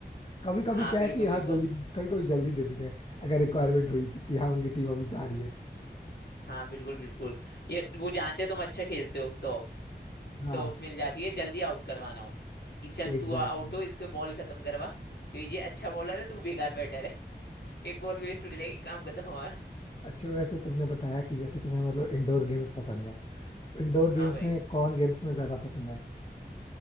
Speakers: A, on the left (about 30°); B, on the left (about 70°).
A: कभी कभी
B: हाँ
A: क्या
B: बिल्कुल
A: है कि हाँ
B: बिल्कुल
A: जल्दी कभी कभी जल्दी दे देते हैं अगर रिक्वायरमेंट हुई तो कि हाँ उनकी टीम अभी जा रही है
B: हाँ बिल्कुल बिल्कुल ये वो जानते हैं तुम अच्छा खेलते हो तो
A: हाँ
B: तो मिल जाती है जल्दी आउट करवाना हो कि चल
A: एग्जैक्टली
B: तू आउट हो इसको बॉल खत्म करवा क्योंकि ये अच्छा बॉलर है तू बेकार बैटर है <laughs> एक बॉल वेस्ट हो जाएगी काम खत्म हमारा
A: अच्छा वैसे तुमने बताया कि जैसे तुम्हें मतलब इंडोर गेम्स पसंद है तो इंडोर
B: हाँ
A: गेम्स
B: भाई
A: में कौन गेम्स में ज्यादा पसंद है